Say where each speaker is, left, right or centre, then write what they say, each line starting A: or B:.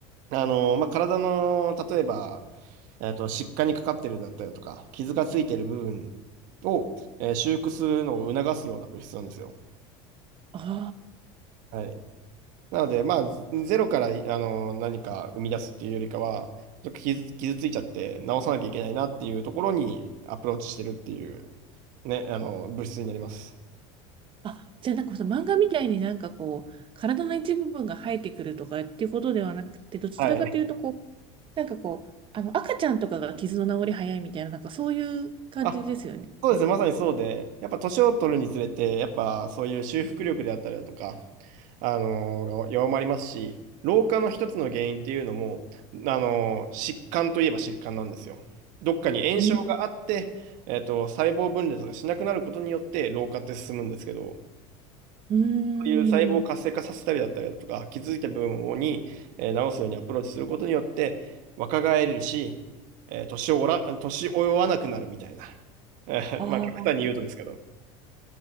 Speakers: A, on the right (about 60°); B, on the right (about 35°).
A: あの、まあ、体の、例えば、えっと、疾患にかかってるだったりとか、傷がついてる部分を、えー修復するのを促すような物質なんですよ。
B: あ
A: はい。なので、まあ、ゼゼロから、あの、何か生み出すっていうよりかは、ちょっと傷、傷ついちゃって直さなきゃいけないなっていうところにアプローチしてるっていう、ね、あの、物質になります。
B: あ。あ、じゃあなんかその漫画みたいになんかこう、体の一部分が生えてくるとかっていうことではなくて、どちらかというとこう、
A: はい。
B: なんかこう、あの赤ちゃんとかが傷の治り早いみたいな、なんかそういう感じですよね。
A: あ、そうですね。
B: う
A: まさにそうで、やっぱ年を取るにつれて、やっぱそういう修復力であったりだとか、あのー弱まりますし、老化の一つの原因っていうのも、あのー疾患といえば疾患なんですよ。どっかに炎症があって、
B: ん。
A: えっと、細胞分裂がしなくなることによって老化って進むんですけど、
B: うーん。
A: そういう細胞を活性化させたりだったりだとか、気づいた部分をに、えー治すようにアプローチすることによって、若返れるし、えー年をおら、年追わなくなるみたいな。えーまあ、
B: ああ、
A: 極端に言うとですけど。